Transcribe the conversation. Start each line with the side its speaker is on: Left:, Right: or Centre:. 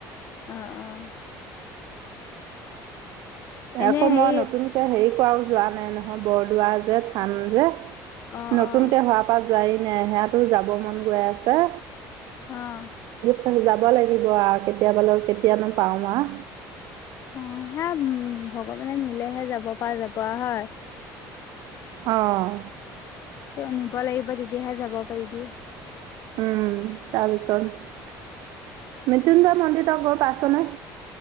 Left: অ অ। এনে
Right: আকৌ
Left: হেৰি
Right: মই নতুনকে হেৰি কৰাও যোৱা নাই নহয় বৰদোৱা যে থান যে
Left: অ',
Right: নতুনকে
Left: অ',
Right: হোৱাৰ পৰাা যোৱি নে সিহাতো যাব মন গৈ আছে।
Left: আহ।
Right: তাত যাব লাগিব আৰু কেতিয়াবালে কেতিয়ানো পাও আও।
Left: অ হে উম ভগৱানে নিলেহে যাব প যাব হয়।
Right: আহ।
Left: তেওঁ নিব লাগিব তেতিয়াহে যাব পাৰিবি।
Right: উম তাৰপিছত মৃত্যুঞ্জয় মন্দিৰক গৈ পাইছনে?